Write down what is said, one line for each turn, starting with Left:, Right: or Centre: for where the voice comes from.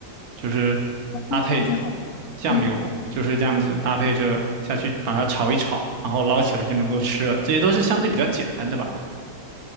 Right: 就是
Left: 哦听上去好不，
Right: 搭配酱油，
Left: 嗯，
Right: 就是这样子搭配着下去把它炒一炒，然后捞起来就能够吃了。这些都是相对比较简单的吧。